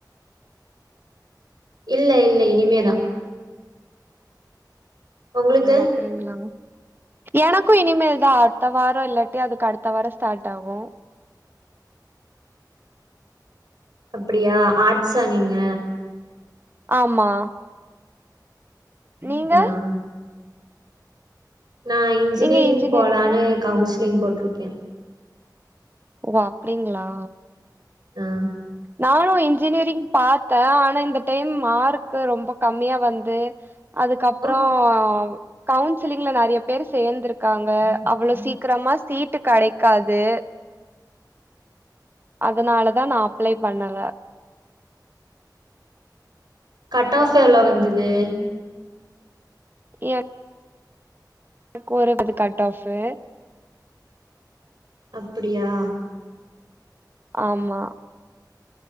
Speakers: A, on the right; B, on the right.
A: இல்ல இல்ல இனிமேதான் உங்களுக்கு
B: ஓ அப்படிங்களா எனக்கும் இனிமேல்தான் அடுத்த வாரம் இல்லாட்டி அதுக்கு அடுத்த வாரம் ஸ்டார்ட் ஆகும்
A: அப்படியா ஆட்ச்ஸா நீங்க
B: ஆமா நீங்க
A: ஆ நான் இன்ஜினியரிங்
B: நீங்க இன்ஜினியரிங்க
A: போலான்னு கவுன்சிலிங் போட்டுருக்கேன்
B: ஓ அப்டிங்களா
A: ஆஹ்
B: நானும் இன்ஜினியரிங் பாத்தேன் ஆனா இந்த டைம் மார்க் ரொம்ப கம்மியா வந்து அதுக்கப்புறம்
A: ஓ
B: கவுன்சிலிங்ல நெறைய பேர் சேர்ந்திருக்காங்க அவ்வளோ சீக்கிரமா சீட்டு கெடைக்காது அதனாலதான் நான் அப்ளை பண்ணல
A: கட்டாச எவ்வளவு வந்தது
B: ஏ என கோறு அது கட் ஆஃபு
A: அப்படியா
B: ஆமா